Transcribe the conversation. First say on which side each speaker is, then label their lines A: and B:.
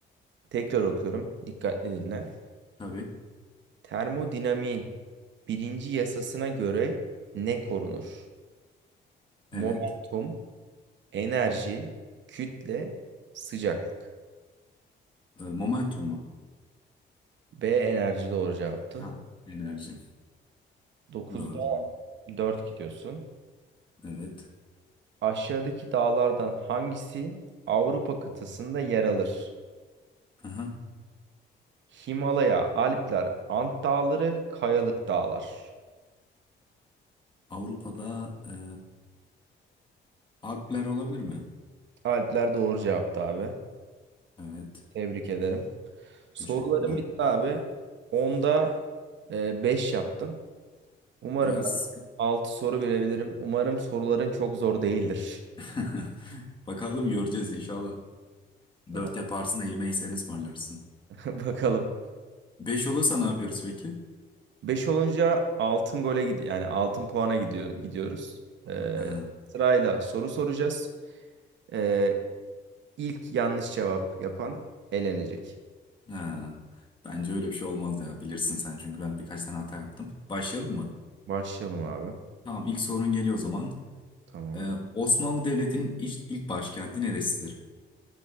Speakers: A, on the right; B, on the left.
A: Tekrar okuyorum. Dikkatli dinle.
B: Tabii.
A: Termodinamiğin birinci yasasına göre ne korunur? Momentum,
B: Evet.
A: enerji, kütle, sıcaklıklık.
B: Ee, momentum mu?
A: B enerji doğru cevaptı.
B: Ha. Enerji.
A: Dokuzda
B: Doğrudur.
A: 4 gidiyorsun.
B: Evet.
A: Aşağıdaki dağlardan hangisi Avrupa kıtasında yer alır?
B: Aha.
A: Himalaya, Alpler, Ant Dağları, Kayalık Dağlar.
B: Avrupa'da e, Alpler olabilir mi?
A: Alpler doğru cevaptı abi.
B: Evet.
A: Tebrik ederim. Sorularım
B: Teşekkürler.
A: bitti abi. Onda e, 5 yaptın. Umarım
B: Biraz
A: ben 6 soru bilebilirim. Umarım soruların çok zor değildir.
B: <laughs> bakalım göreceğiz inşallah.
A: Tamam.
B: Dört yaparsın da yemeği sen ısmarlarsın.
A: <laughs> Bakalım.
B: Beş olursa ne yapıyoruz peki?
A: 5 olunca altın gole gidiyor. Yani altın puana gidiyor gidiyoruz. Ee,
B: Ha,
A: sırayla soru soracağız. Ee, İlk yanlış cevap yapan elenecek.
B: ha. Bence öyle bir şey olmaz ya. Bilirsin sen çünkü ben birkaç tane hata yaptım. Başlayalım mı?
A: Başlayalım abi.
B: Tamam ilk sorun geliyor o zaman.
A: Tamam.
B: Ee, Osmanlı Devleti'nin ilk, ilk başkenti neresidir?